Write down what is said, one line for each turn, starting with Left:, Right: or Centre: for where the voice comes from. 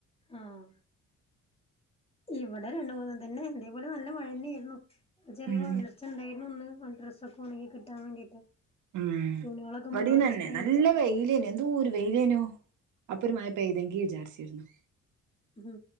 Left: ആഹ് ഇവിടെ രണ്ടു മൂന്നു ഇതന്നെ അതേപോലെ നല്ല മഴെന്നെ ആയിരുന്നു ചെറിയ
Right: ഉം
Left: വെളിച്ചം ഉണ്ടായിരുന്നു ഒന്ന് ഡ്രസ്സൊക്കെ ഒണങ്ങി കിട്ടാൻ വേണ്ടിട്ട്
Right: ഉം
Left: തുണികളൊക്കെ
Right: ഇവടേം
Left: മൂന്നാല്
Right: തന്നെ
Left: ദിവസത്തെ ഉണ്ടല്ലോ
Right: നല്ല വെയിലെനു എന്തോരു വെയിലേനു അപ്പോര് മഴ പെയ്തെങ്കി വിചാരിച്ചിരുന്നു
Left: മ്മ്